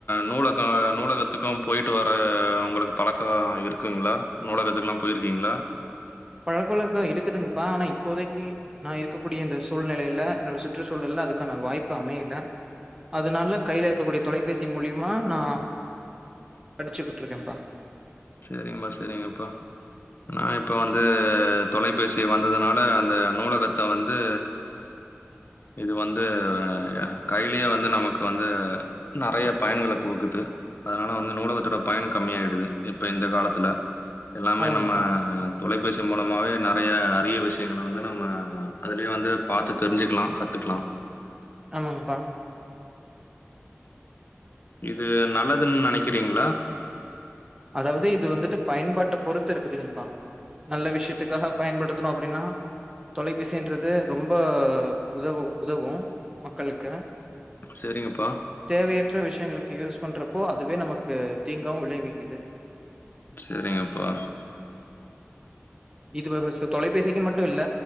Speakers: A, on the left (about 45°); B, on the right (about 15°).
A: நூலக நூலகத்துக்கோ போயிட்டு வர உங்குளுக்கு பழக்கோ இருக்குங்ளா நூலகத்துக்லா போயிர்க்கீங்ளா
B: பழக்கவழகோ இருக்குதுங்பா ஆனா இப்போதைக்கி நா இருக்கக்கூடியந்தே சூழ்நெலையிலே என்னோட சுற்று சூழல்லே அதுக்கான வாய்ப்பு அமையிலே அதுனாலே கைலே இருக்கக்கூடிய தொலைபேசி மூலியுமா நா படிச்சுக்கிட்ருக்கேம்பா
A: செரிங்மா செரிங்கப்பா நா இப்ப வந்து தொலைபேசி வந்ததுனாலே அந்த நூலகத்தே வ து இது வந்து ய கையிலியே வந்து நமக்கு வந்து நறைய பயன்கள குடுக்குது அதனால வந்து நூலகத்தோட பயனு கம்மியாய்டுது இப்ப இந்த காலத்துல எல்லாமே
B: ஆமாங்கப்பா,
A: நம்ம தொலைபேசி மூலமாவே நறைய அரிய விஷ் எங்கள வந்து நம்ம அதுலியே வந்து பாத்து தெரிஞ்சுக்லா கத்துக்லா
B: ஆமாங்ப்பா
A: இது நல்லதுன் நெனைக்றீங்ளா
B: அதாவ்து இது வந்துட்டு பயன்பாட்ட பொறுத்து இருக்குதுங்ப்பா நல்ல விஷ்யத்துக்காக பயன்படுத்துனோ அப்டின்னா தொலைபேசின்றது ரொம்ப உதவு உதவும் மக்களுக்கு
A: சரிங்கப்பா,
B: தேவையற்ற விஷ்யங்களுக்கு யூஸ் பண்ற ப்போ அதுவே நமக்கு தீங்காவு விளைவிக்கிது
A: செரிங்கப்பா
B: இது வ வஸ்சு தொலைபேசிக்குன் மட்டு இல்ல